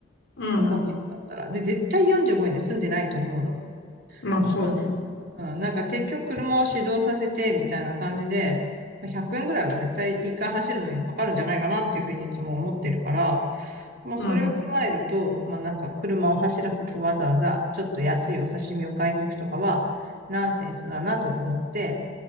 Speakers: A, on the left; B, on the right.
A: うん。
B: 5キロだったら。で、絶対45円で済んでないと思うの。
A: まあ、そうね。
B: 思わない。うん、なんか結局車を始動させてみたいな感じで、まあ100円ぐらいは絶対一回走るのにかかるんじゃないかなっていうふうにいつも思ってるから、まあそれを踏まえると、
A: うん、
B: まあなんか車を走らせてわざわざちょっと安いお刺身を買いに行くとかはナンセンスだなと思って、